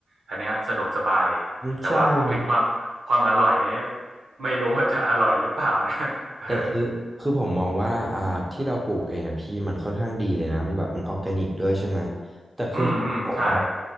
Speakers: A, on the right; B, on the right.
A: อันเนี้ยสะดวกสบาย
B: อืมใช่ครับ
A: แต่ว่าพูดถึงความความอร่อยเนี้ยไม่รู้ว่าจะอร่อยหรือเปล่านะ <laughs> เออ
B: แต่คือคือผมมองว่าอ่าที่เราปลูกเองอะพี่มันค่อนข้างดีเลยนะมันแบบมันออร์แกนิกด้วยใช่ไหม
A: อืมอืมใช่
B: ครับผมอะ